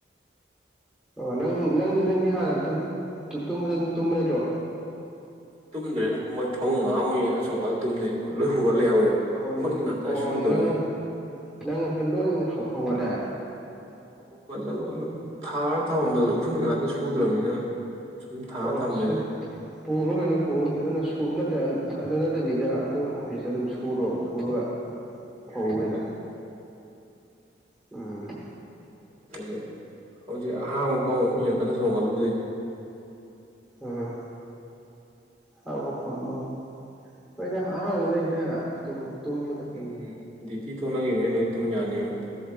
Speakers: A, in the centre; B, on the right.
A: ꯑꯣ ꯅꯪ ꯅꯪ ꯅꯪꯗꯤ ꯍꯥꯟꯅ ꯇꯨ ꯇꯨꯝꯕꯗ ꯑꯗꯨꯝ ꯇꯨꯝꯕ ꯅꯠꯇ꯭ꯔꯣ
B: ꯇꯨꯝꯗꯦꯗ ꯃꯣꯏ ꯐꯃꯨꯡ ꯑꯍꯥꯡꯕ ꯌꯦꯡꯉꯥ ꯆꯣꯡꯈꯠꯂ ꯇꯨꯝꯗꯣꯏꯅꯤ ꯂꯣꯏ ꯍꯨꯒꯠ ꯂꯩꯍꯧꯋꯦꯕ
A: ꯑꯣꯟ
B: ꯎꯐꯨꯟ ꯉꯥꯛꯇ
A: ꯑꯣ
B: ꯁꯨꯗꯕꯩ
A: ꯅꯪ ꯅꯪꯁꯨ ꯂꯣꯏ ꯍꯨꯒꯠꯂꯦ
B: ꯍꯨꯒꯠꯂꯒ ꯑꯗꯨꯝ ꯊꯥꯔ ꯊꯝꯃꯝꯕꯗꯣ ꯎꯐꯨꯟ ꯉꯥꯛꯇ ꯁꯨꯗ꯭ꯔꯕꯅꯤꯅ ꯁꯨꯝ ꯊꯥꯔ
A: ꯑꯣꯁꯨ
B: ꯊꯝꯕꯅꯤꯅ
A: ꯄꯨꯔꯣ ꯀꯩꯅꯣ ꯄꯨꯔ ꯐꯖꯅ ꯁꯨ ꯅꯠꯇ꯭ꯔ ꯑꯗꯨ ꯅꯠꯇꯕꯤꯗ ꯑꯗꯨꯝ ꯑꯣꯐꯤꯁꯇ ꯑꯗꯨꯝ ꯁꯨꯔꯣ ꯁꯨꯔꯒ ꯐꯧ
B: ꯌꯥꯏ
A: ꯀꯩꯅꯣ
B: ꯑꯗꯨ ꯎꯝ
A: ꯎꯝ
B: ꯀꯔꯤ ꯍꯧꯖꯤꯛ ꯑꯍꯥꯡꯕ ꯐꯥꯎ ꯑꯗꯨꯝ ꯌꯦꯡꯈꯠꯂ ꯆꯣꯡꯈꯠꯂꯨꯗꯣꯏꯅꯤ
A: ꯎꯝ ꯍꯥꯡꯕ ꯐꯃꯨꯡ ꯍꯣꯏꯗ ꯑꯍꯥꯡꯕꯗ ꯍꯦꯛꯇ ꯇꯨ ꯇꯨꯝꯃꯨꯗ
B: ꯎꯝ ꯗ꯭ꯌꯨꯇꯤ ꯊꯣꯛꯂꯛꯈꯤꯕꯅꯤ ꯂꯣꯏ ꯇꯨꯝ ꯌꯥꯅꯤꯕ